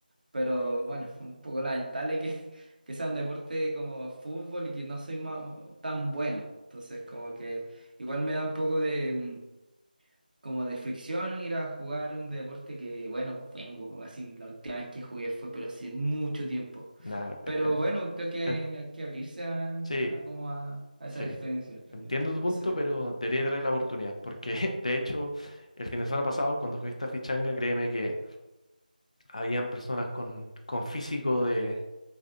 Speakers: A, on the right (about 65°); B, on the left (about 45°).
A: Pero bueno, <laughs> un poco lamentable que, que sea un deporte como fútbol y que no soy ma- tan bueno. Entonces, como que igual me da un poco de, mm, como de fricción ir a jugar un deporte que, bueno, vengo así, la última vez que jugué fue, pero hace mucho tiempo.
B: nada, era-
A: Pero
B: en-
A: bueno, creo que
B: en-
A: hay que abrirse a,
B: sí,
A: a como a, a esa
B: sí.
A: experiencia Entonces.
B: Entiendo tu punto, pero debería darle la oportunidad, porque <laughs> de hecho el fin de semana pasado, cuando jugué esta fichanga, créeme que habían personas con, con físico de,